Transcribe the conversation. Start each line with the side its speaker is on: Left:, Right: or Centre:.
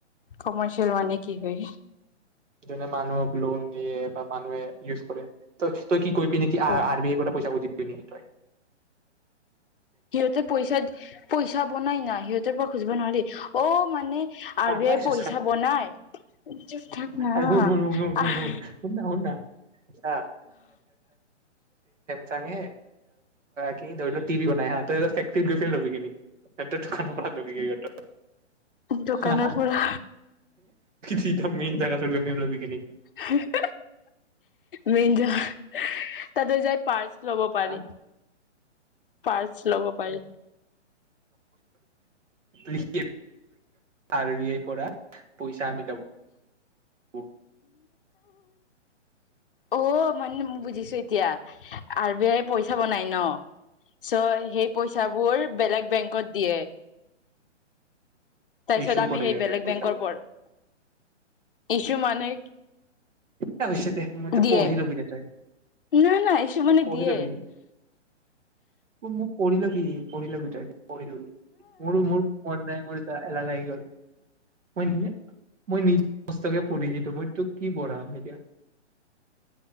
Left: কমাৰ্চিয়েল মানে কি হয়?
Right: যেনে মানুহক লো'ন দিয়ে। মানুহে ইউজ কৰে ত তই কি গৈ পিনে
Left: অ
Right: আৰ বি আইৰ পৰা পইচা খুজিবি। তিনিটাই
Left: সিহঁতে পইচা পইচা বনাই না সিহঁতৰ পৰা খুজিব নোৱাৰি অ মানে। আৰ
Right: পাগলা
Left: বি আই
Right: হৈছ
Left: পইচা বনাই থাক ন
Right: আৰে শুন শুন শুন শুন শুন
Left: আহ
Right: শুন শুন না শুন না হা চাগে কি ধৰি ল টিভি বনাই তই গৈ ফেক্টৰী গৈ কিনি লবি নেকি এইটো ধৰা হেলপাৰ হবিগে সিহতৰ
Left: দোকানৰ
Right: হা হা
Left: পৰা
Right: চিধা মেইন জেগাত। তাতে লবি কিনি
Left: হে-হে মন যায় তাতে যায় পাৰ্ছ লব পাৰি।
Right: হা
Left: পাৰ্ছ লব পাৰি।
Right: লিখি আৰ বি আই পৰা পইচা আমি লব
Left: হম অ মানে বুজিছো। এতিয়া আৰ বি আই পইচা বনাই ন চ' সেই পইচাবোৰ বেলেগ বেংকত দিয়ে তাৰপিছত
Right: ইছ্যু
Left: আমি
Right: কৰে
Left: সেই
Right: ইয়াতে
Left: বেলেগ
Right: পইচাবোৰ
Left: বেংকৰ পৰা যু মানে
Right: এ হৈছে দে মই
Left: দিয়ে
Right: পঢ়ি ল'বি দে তই
Left: নাই নাই ইছ্যু মানে
Right: পঢ়ি
Left: দিয়ে
Right: লবি উম পৰিল কি পঢ়ি লবি তই পঢ়িলবি মোৰ মোৰ মন নাই মোৰ এতিয়া এলাহ লাগি গ'ল মই মই নিজ সমস্তকে পঢ়ি দিতো মই তোক কি পঢ়াম এতিয়া।